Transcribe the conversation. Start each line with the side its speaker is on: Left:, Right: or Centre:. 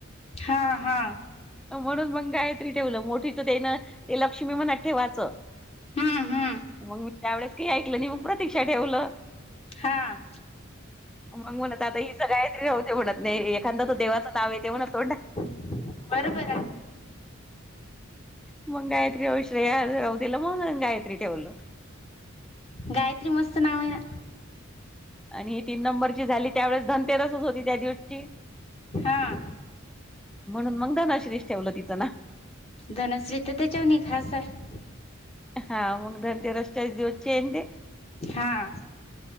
Left: हा, हा.
Centre: म्हणून मग गायत्री ठेवलं मोठीच त्यायना ते लक्ष्मी म्हणत ठेवाच.
Left: हम्म हम्म
Centre: मग मी त्यावेळेस काही ऐकलं नाही मग प्रतीक्षा ठेवलं.
Left: हा..
Centre: मग म्हणत आता हिच गायत्री राहुदे म्हणत नाही एखांद तर देवाचं नाव येतेे तोंडात.
Left: बरोबर आहे.
Centre: मग गायत्री हो श्रेया राहू दिल मग गायत्री ठेवलं.
Left: गायत्री मस्त नाव आहेन.
Centre: आणि ही तीन नंबरची झाली त्यावेेळेस धनतेरसच होती त्या दिवशी.
Left: हा
Centre: म्हणून मग धनश्रीच ठेवलं तिचं नाव.
Left: धनुश्री तर त्याच्यावरुन ही खास आहे.
Centre: हा मग धनतेरसच्या दिवसची हाय न तेे.
Left: हा.